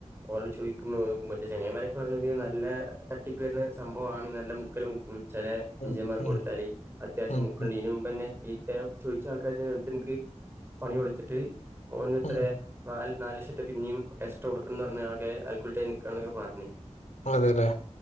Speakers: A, on the right; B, on the left.
A: ട് ചോയ്ക്കുമ്പോ മറ്റേ ചങ്ങായ്മാരൊക്കെ പറയ്ണത് നല്ല തട്ടിപ്പെർന്ന സംഭവാണ് നല്ല മുക്കല് മുക്കും. ചില എഞ്ചീനിയന്മാർക്ക്
B: ഉം ഉം
A: കൊടുത്താല് അത്യാവശ്യം
B: ഉം
A: മുക്കണ്ടീനും
B: ഉം
A: അയ്ത്തെ ചോയ്ച്ച ആൾകാർക്കന്നെ ഒരുത്തൻക്ക് പണി കൊട്ത്തിട്ട് ഓനത്രെ
B: ഉം
A: നാല് നാല് ലക്ഷറ്റേ പിന്നിം എക്സ്ട്രാ കൊടുക്കണംന്ന് പർഞ്ഞ് ആകെ അൽക്കുൽത്തായി നിക്കാണൊക്കെ പർഞ്ഞ്.
B: അതെല്ലെ